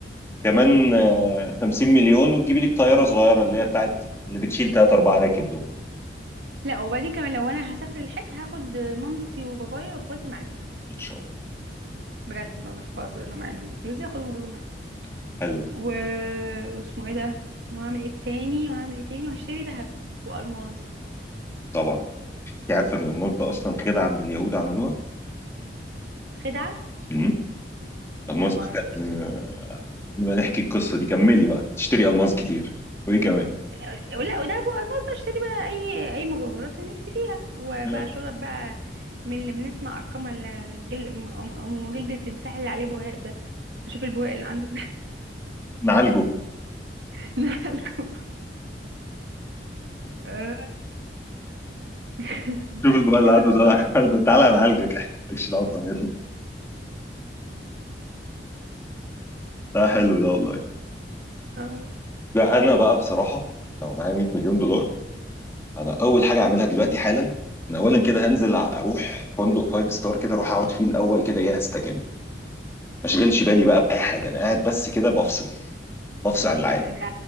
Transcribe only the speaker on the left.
كمان آه، 50 مليون وتجيبي لك طياره صغيره اللي هي بتاعت اللي بتشيل ثلاث اربع راكب دول
ان شاء الله
حلو ده
طبعا انت عارفه ان الموز ده اصلا كده عم اليهود عملوها
امم الماس
ده
كان
آه، نبقى نحكي القصه دي كملي بقى تشتري الماس كتير وايه كمان
<laughs>
نعالجه <laughs>
شوف
بقى اللي
عنده
ده نعالجه تعالى نعالجك <laughs> احنا مالكش دعوه بطريقتنا لا حلو ده والله
لا انا بقى بصراحه لو معايا 100 مليون دولار انا اول حاجه اعملها دلوقتي حالا انا اولا كده هنزل ع- اروح فندق فايف ستار كده اروح اقعد فيه الاول كده ايه استجم ما اشغلش بالي بقى باي حاجه انا قاعد بس كده بفصل بفصل عن العالم